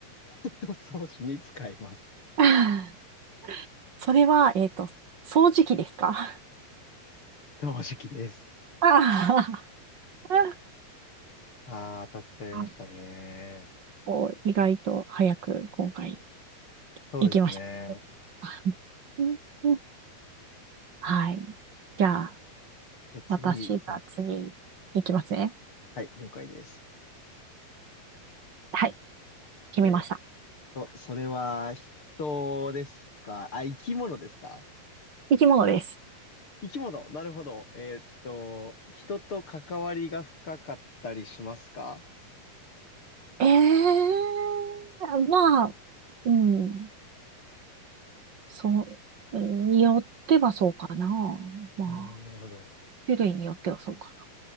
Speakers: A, on the left (about 35°); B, on the right (about 40°).
A: <laughs> 装置に使います。
B: あー <laughs> それは、えっと、掃除機ですか
A: 掃除機です。
B: あー <laughs>
A: あー、当たっちゃいましたね。
B: あお、意外と早く今回
A: そうですね。
B: 行きました。<laughs> あうんうんはい。じゃあ、
A: じゃあ次いきます。
B: 私が次、いきますね。
A: はい、了解です。
B: はい、決めました。
A: えーっと、それは人ですかあ、生き物ですか
B: 生き物です。
A: 生き物。なるほど。えーっと、人と関わりが深かったりしますか
B: ええーまあ、うん、そう、によってはそうかな。まあ、
A: おー、なるほど。
B: 種類によってはそうか